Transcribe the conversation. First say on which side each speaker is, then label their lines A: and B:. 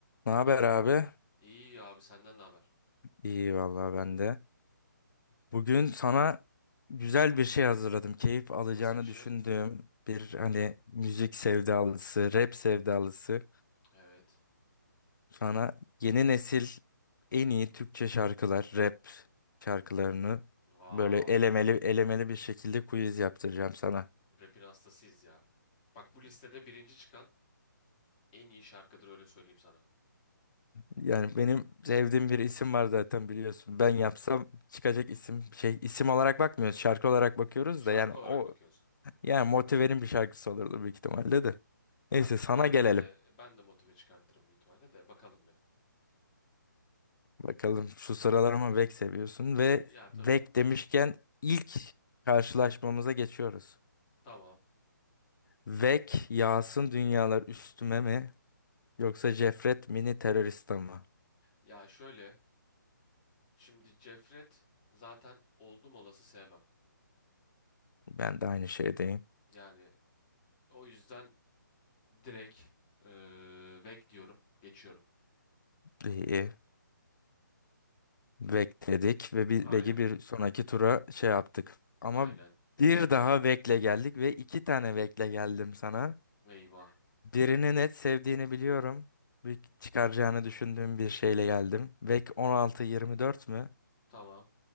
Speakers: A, on the left; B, on the left.
A: Ne haber
B: Kank
A: abi?
B: iyi abi senden ne haber?
A: İyi vallahi ben de. Bugün sana güzel bir şey hazırladım. Keyif alacağını
B: Nasıl bir şey?
A: düşündüğüm bir hani müzik sevdalısı, rap sevdalısı.
B: Evet.
A: Sana yeni nesil en iyi Türkçe şarkılar, rap şarkılarını
B: Aa,
A: böyle elemeli elemeli bir şekilde quiz yaptıracağım sana.
B: rap'in hastasıyız ya. Bak bu listede birinci çıkan en iyi şarkıdır öyle söyleyeyim sana.
A: Yani benim sevdiğim bir isim var zaten biliyorsun. Ben yapsam çıkacak isim şey isim olarak bakmıyoruz, şarkı olarak bakıyoruz
B: Şarkı
A: da yani
B: olarak
A: o
B: bakıyoruz.
A: Yani Motiver'in bir şarkısı olurdu büyük ihtimalle de.
B: Ya
A: Neyse
B: ben
A: sana gelelim.
B: de ben de motive çıkartırım büyük ihtimalle de bakalım bir.
A: Bakalım şu sıralar ama Vek seviyorsun ve
B: Ya tabii.
A: Vek demişken ilk karşılaşmamıza geçiyoruz.
B: Tamam.
A: Vek yağsın dünyalar üstüme mi yoksa Cefret mini teröriste mi?
B: Ya şöyle şimdi Cefret zaten oldum olası sevmem.
A: Ben de aynı şeydeyim.
B: Yani o yüzden direkt eee vek diyorum. Geçiyorum.
A: İyi. Vek dedik ve bir,
B: Aynen.
A: Vek'i bir sonraki tura şey yaptık. Ama
B: Aynen.
A: bir daha Vek'le geldik ve iki tane Vek'le geldim sana.
B: Eyvah.
A: Birini net sevdiğini biliyorum. Bir çıkaracağını düşündüğüm bir şeyle geldim. Vek 16-24 mü?
B: Tamam.